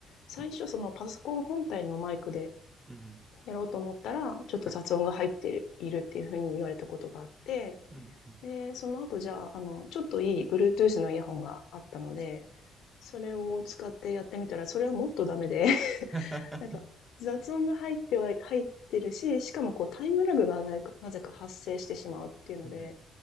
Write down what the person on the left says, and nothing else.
最初そのパソコン本体のマイクで
やろうと思ったら、ちょっと雑音が入っているっていうふうに言われたことがあって、
で、その後じゃあ、あの、ちょっといい Bluetooth のイヤホンがあったので、それを使ってやってみたら、それはもっとダメで、<laughs>
なんか雑音が入っては、入ってるし、しかもこうタイムラグがなぜかなぜか発生してしまうっていうので、